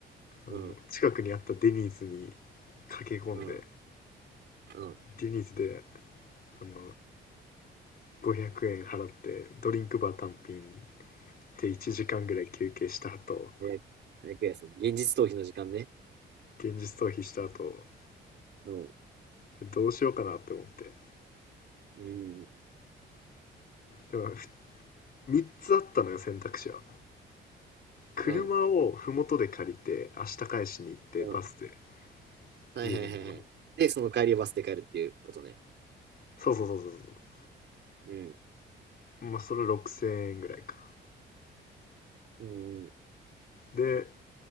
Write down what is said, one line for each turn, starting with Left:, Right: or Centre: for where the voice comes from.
Left: あの近くにあったデニーズに
Right: うん。
Left: 駆け込んで、
Right: うん。うん。
Left: デニーズであの500円払ってドリンクバー単品で1時間ぐらい休憩した後
Right: え、え、けその現実逃避の時間ね。
Left: 現実逃避した後
Right: うん。
Left: どうしようかなって思って
Right: うん。
Left: でもふ3つあったのよ選択肢は車を麓で借りて明日返しに行ってバスで
Right: うん。うん。はいはいはいはい。
Left: 家に戻る
Right: で、その帰りバスで帰るっていうことね。
Left: そうそうそうそうそ
Right: うん。
Left: うまあそれ6,000円ぐらいか
Right: うん。
Left: で